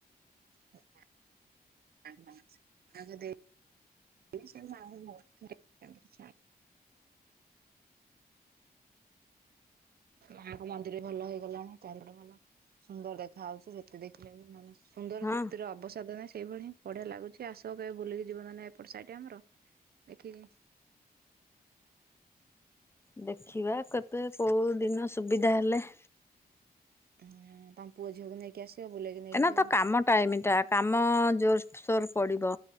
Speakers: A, on the right; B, on the left.
A: ହ ହ <unintelligible> ଏଇ ସେଇ ତାଙ୍କ ଭୋଗ ଟିକେ ସେମିତି କିଛି ଆଣିବୁ। ମାଙ୍କ ମନ୍ଦିରେ ଭଲ ହେଇଗଲାଣି ଚାରି ପଟେ ଭଲ। ସୁନ୍ଦର ଦେଖା ଯାଉଛି ଯେତେ ଦେଖିଲେ ବି ମନ ସୁନ୍ଦର
B: ହଁ।
A: ତୃପ୍ତିର ଅବସାଦ ନାହିଁ ସେଇଭଳି। ବଢ଼ିଆ ଲାଗୁଛି ଆସ କେବେ ବୁଲିକି ଯିବ ନଏଲେ ନାଇଁ ଏପଟ ସାଇଟି ଆମର ଦେଖିକି ଯିବ।
B: ଦେଖିବା କେବେ କୋଉ ଦିନ ସୁବିଧା ହେଲେ।
A: ହୁଁ ତମ ପୁଅ ଝିଅକୁ ନେଇକି ଆସିବ ବୁଲେଇକି ନେଇକି
B: ଏନା
A: ଯିବ।
B: ତ କାମ ଟାଇମ ଟା କାମ ଜୋରସୋର ପଡିବ।